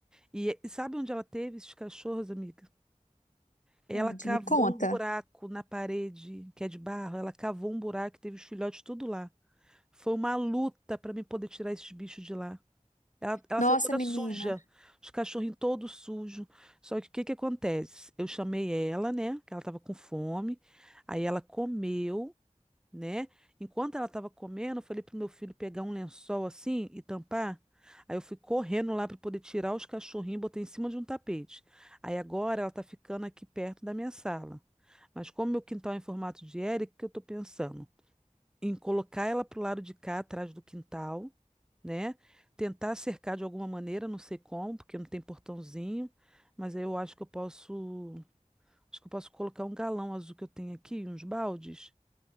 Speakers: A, in the centre; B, on the left.
A: E e sabe onde ela teve esses cachorros, amiga? Ela
B: Onde?
A: cavou
B: Me conta.
A: um buraco na parede, que é de barro. Ela cavou um buraco e teve os filhotes tudo lá. Foi uma luta para mim poder tirar esses bichos de lá. Ela, ela
B: Nossa,
A: saiu toda
B: menina.
A: suja, os cachorrinhos todos sujos. Só que o que que acontece? Eu chamei ela, né? Que ela tava com fome. Aí ela comeu né? Enquanto ela estava comendo, eu falei pro meu filho pegar um lençol assim e tampar. Aí eu fui correndo lá para poder tirar os cachorrinhos e botei em cima de um tapete. Aí agora ela tá ficando aqui perto da minha sala. Mas como meu quintal é em formato de L, o que que eu tô pensando? Em colocar ela pro lado de cá, atrás do quintal, né? Tentar cercar de alguma maneira, não sei como, porque não tem portãozinho, mas aí eu acho que eu posso, acho que eu posso colocar um galão azul que eu tenho aqui, uns baldes.